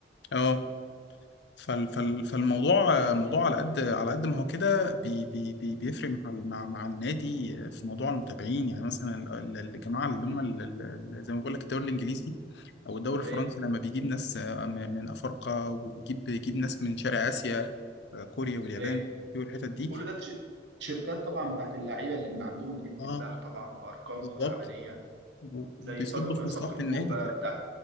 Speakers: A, on the left; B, on the right.
A: اه فال فال فالموضوع الموضوع
B: مم.
A: على قد على قد ما هو كده بي بي بي بيفرق مع ال- مع مع النادي في موضوع المتابعين يعني مثلا ال- ال- الجماعه اللي
B: مم.
A: هم ال- ال- ال- زي ما بقول لك الدوري الانجليزي او الدوري
B: ايوه
A: الفرنسي لما بيجيب ناس آه، م- من افارقه ويجيب بيجيب ناس من شرق اسيا آه، كوريا واليابان
B: ايوه
A: والحتت دي
B: كل ده تش- تيشيرتات طبعا بتاعت اللعيبه اللي من عندهم دي بتتباع
A: اه
B: طبعا بارقام
A: بالظبط
B: خزعبليه
A: و-
B: زي
A: وبيصب
B: صج-
A: في مصلحه
B: صفقه بوجبا
A: النادي في الاخر